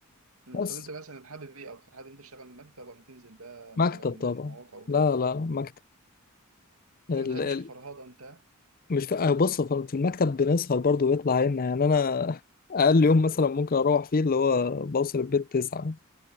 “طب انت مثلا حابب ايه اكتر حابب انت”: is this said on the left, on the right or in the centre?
Right